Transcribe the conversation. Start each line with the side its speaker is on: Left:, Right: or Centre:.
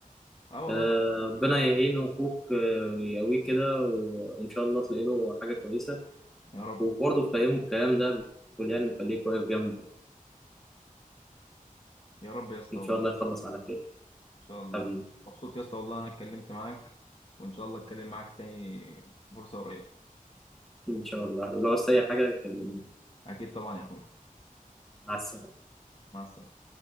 Left: اه والله
Centre: آه، ربنا يعينه أخوك آه، ويقويه كده و- وإن شاء الله تلاقي له حاجة كويسة
Left: يا رب
Centre: وبرضه تفهمه الكلام ده بتقول يعني وخليك واقف جنبه
Left: يا رب يا اسطى
Centre: إن
Left: والله
Centre: شاء الله
Left: ان
Centre: يخلص على خير
Left: شاء الله
Centre: حبيبي
Left: مبسوط يا اسطى والله انا اتكلمت معاك وان شاء الله اتكلم معاك تاني في فرصه قريبه
Centre: إن شاء الله لو عايز أي حاجة كلمني
Left: اكيد طبعا يا اخوي
Centre: مع السلامة
Left: مع السلامه